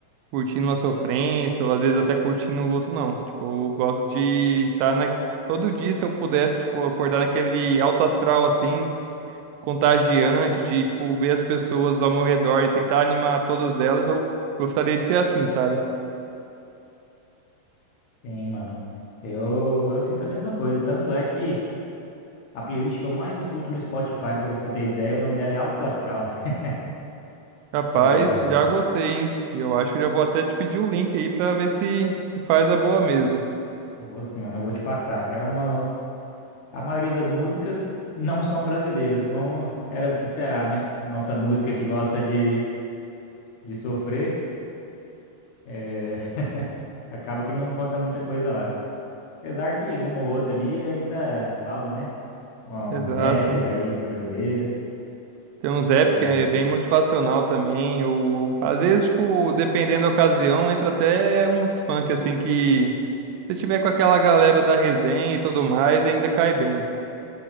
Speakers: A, on the right (about 85°); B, on the left (about 65°).
A: curtindo a sofrência, ou às vezes até curtindo o luto, não. Tipo, eu gosto de estar na... todo dia, se eu pudesse, tipo, acordar naquele alto astral, assim, contagiante, de, tipo, ver as pessoas ao meu redor e tentar animar todas elas, eu gostaria de ser assim, sabe?
B: Sim, mano. Eu, eu sinto a mesma coisa. Tanto é que a playlist que eu mais escuto no Spotify, pra você ter ideia, o nome dela é Alto Astral. <laughs>
A: Rapaz,
B: É,
A: já gostei, hein? E eu acho que já vou até te pedir o link aí pra ver se, se faz a boa mesmo.
B: vou sim, mano, eu vou te passar. É uma, a maioria das músicas não são brasileiras, como era de se esperar, né? Nossa música que gosta de, de sofrer. é, Acaba que não encontra muita coisa lá. Apesar que uma ou outra ali ainda salva, né? Um,
A: Exato,
B: Uns raps
A: né?
B: aí brasileiros.
A: Tem uns app
B: E
A: que é bem motivacional também, ou às vezes, tipo, dependendo da ocasião, entra até uns funk assim que se tiver com aquela galera da resenha e tudo mais, ainda cai bem.